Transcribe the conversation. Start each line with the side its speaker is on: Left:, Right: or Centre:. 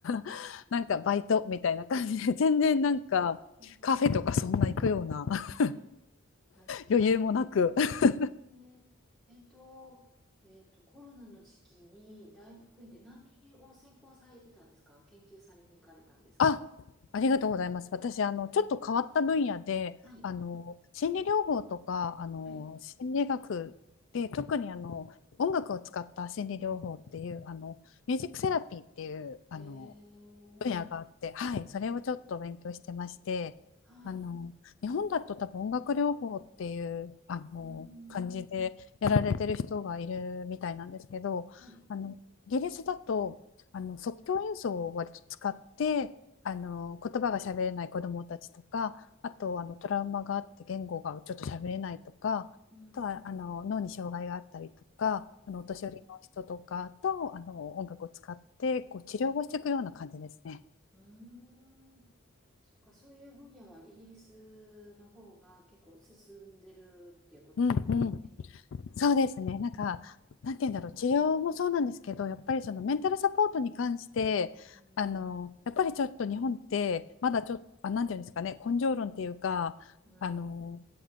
Left: <laughs>
Centre: あの
Left: なんかバイトみたいな感じで全然なんかカフェとかそんな行くような
Centre: うん
Left: <laughs>
Centre: はい。感じは
Left: 余裕もなく <laughs>
Centre: ええっと、えっと、コロナの時期に大学院で何を専攻されてたんですか研究されに行かれたんですか
Left: あありがとうございます私あのちょっと変わった分野であの心理療法とかあの心理学で特にあの音楽を使った心理療法っていうあのミュージックセラピーっていうあの
Centre: はい。はい。へえ、
Left: 分野があって、はい、それをちょっと勉強してまして、
Centre: はい。
Left: あの、日本だと多分音楽療法っていう、あの、
Centre: うー
Left: 感じでやられてる人がいるみたいなんですけど、
Centre: ん。はい。
Left: あの、イギリスだと、あの、即興演奏を割と使って、あの、言葉が喋れない子どもたちとか、あと、あの、トラウマがあって言語がちょっと喋れないとか、
Centre: うん、
Left: あとは、
Centre: う
Left: あの、脳に障害があったりとか、
Centre: ん、
Left: あの、お年寄りの人とかと、あの、音楽を使って、こう、治療をしていくような感じですね。
Centre: うーん。そっか、そういう分野はイギリスの方が結構進んでるっていうことなんですね。
Left: うんうん、そうですね。なんか、なんて言うんだろう、治療もそうなんですけど、やっぱりそのメンタルサポートに関して、
Centre: うん、
Left: あの、やっぱりちょっと日本って、まだちょっと、あ、なんて言うんですかね、根性論っていうか、
Centre: うん、
Left: あの、